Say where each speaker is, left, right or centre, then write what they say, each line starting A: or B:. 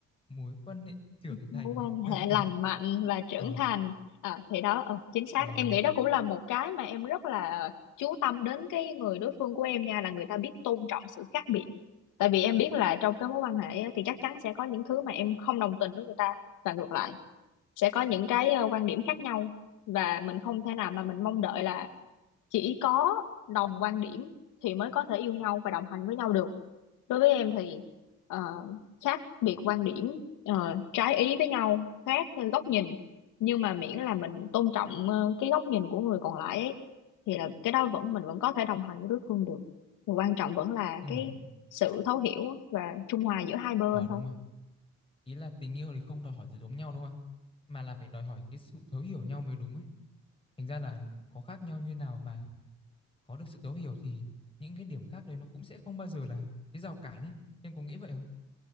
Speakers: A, on the left; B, on the left.
A: mối quan hệ trưởng
B: mối
A: thành
B: quan
A: <laughs>
B: hệ lành mạnh và trưởng
A: ờ
B: thành à, thì đó ừ, chính xác
A: ờ
B: em nghĩ đó cũng là một cái mà em rất là chú tâm đến cái người đối phương của em nha là người ta biết tôn trọng sự khác biệt tại vì em biết là trong cái mối quan hệ á, thì chắc chắn sẽ có những thứ mà em không đồng tình với người ta và ngược lại sẽ có những cái ờ, quan điểm khác nhau và mình không thể nào mà mình mong đợi là chỉ có đồng quan điểm thì mới có thể yêu nhau và đồng hành với nhau được đối với em thì ờ, khác biệt quan điểm ờ, trái ý với nhau khác theo góc nhìn nhưng mà miễn là mình tôn trọng ờ, cái góc nhìn của người còn lại ấy, thì là cái đó vẫn mình vẫn có thể đồng hành với đối phương được Điều quan trọng vẫn là
A: ừ
B: cái sự thấu hiểu và trung hòa giữa hai bên
A: ờ đúng
B: thôi
A: rồi ý là tình yêu thì không đòi hỏi sự giống nhau đâu mà mà là phải đòi hỏi cái sự thấu hiểu nhau mới đúng ấy thành ra là có khác nhau như nào mà có được sự thấu hiểu thì những cái điểm khác đấy nó cũng sẽ không bao giờ là cái rào cản ấy em có nghĩ vậy không